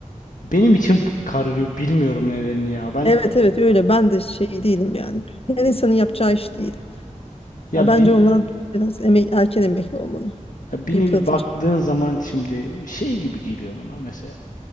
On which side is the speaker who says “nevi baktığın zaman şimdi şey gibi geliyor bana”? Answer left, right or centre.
Left